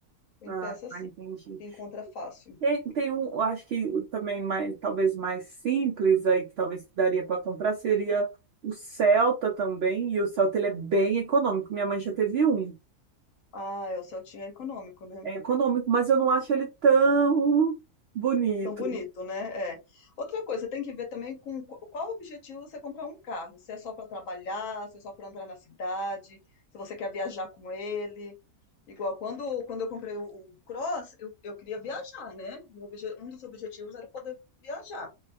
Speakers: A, on the left; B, on the right.
A: Tem
B: Ah,
A: peça
B: tá,
A: sim,
B: entendi.
A: que encontra fácil.
B: Tem, tem um, eu acho que o também mais, talvez mais simples aí, que talvez daria para comprar, seria o Celta também, e o Celta ele é bem econômico. Minha mãe já teve um.
A: Ah, é, o Celtinha é econômico, né?
B: É econômico, mas eu não acho ele tão bonito.
A: Tão bonito, né? É. Outra coisa, tem que ver também com qu- qual o objetivo você comprar um carro. Se é só para trabalhar, se é só para andar na cidade, se você quer viajar com ele. Igual quando, quando eu comprei o, o Cross, eu, eu queria viajar, né? Meu obje- um dos objetivos era poder viajar.